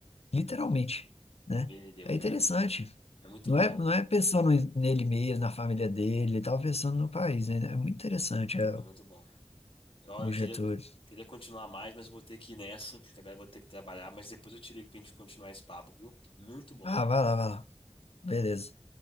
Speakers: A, on the left; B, on the left.
A: literalmente, né?
B: Ele deu,
A: É
B: cara.
A: interessante.
B: É muito
A: Não
B: bom.
A: é, não é pensando nele mesmo, na família dele, ele tava pensando no país, né? É muito interessante, é,
B: É muito bom. Eu,
A: o
B: eu
A: Getúlio.
B: queria, queria continuar mais, mas eu vou ter que ir nessa, porque agora eu vou ter que trabalhar. Mas depois eu te ligo pra gente continuar esse papo, viu? Muito bom.
A: Ah, vai lá, vai lá. Beleza.